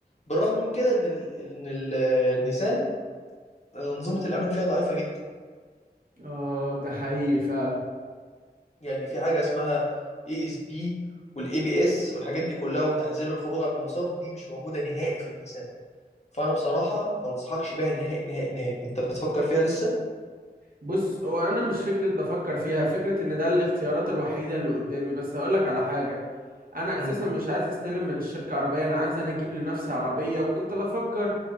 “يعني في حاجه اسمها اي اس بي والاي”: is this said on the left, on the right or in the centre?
Left